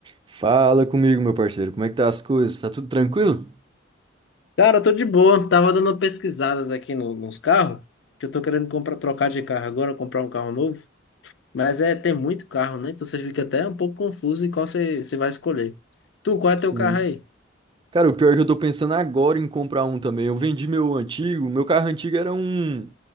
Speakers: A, on the right; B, on the left.
A: Fala comigo, meu parceiro. Como é que tá as coisas? Tá tudo tranquilo?
B: Cara, eu tô de boa. Tava dando pesquisadas aqui no- nos carros, que eu tô querendo comprar, trocar de carro agora, comprar um carro novo. Mas é, tem muito carro, né? Então você fica até um pouco confuso em qual você, você vai escolher. Tu, qual é teu
A: Sim.
B: carro aí?
A: Cara, o pior é que eu tô pensando agora em comprar um também. Eu vendi meu antigo, meu carro antigo era um